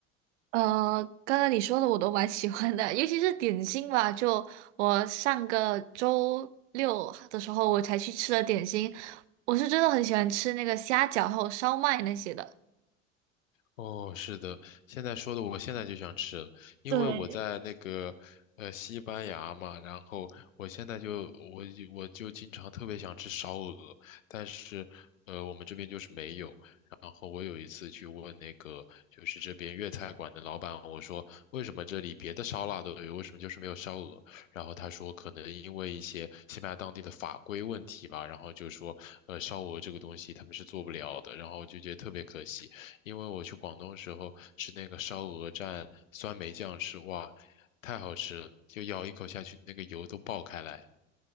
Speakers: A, on the right; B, on the left.
A: 呃，刚刚你说的我都蛮喜欢的，尤其是点心吧，就我上个周六的时候我才去吃了点心，我是真的很喜欢吃那个虾饺还有烧麦那些的。
B: 哦，是的，现在说的我现在就想吃了因为我在那个呃西班牙嘛，
A: 对，
B: 然后我现在就我就我就经常特别想吃烧鹅，但是呃我们这边就是没有。然后我有一次去问那个就是这边粤菜馆的老板，我说为什么这里别的烧腊都有，为什么就是没有烧鹅？然后他说可能因为一些西班牙当地的法规问题吧，然后就说呃烧鹅这个东西他们是做不了的，然后就觉得特别可惜。因为我去广东时候吃那个烧鹅蘸酸梅酱吃，哇，太好吃了，就咬一口下去，那个油都爆开来。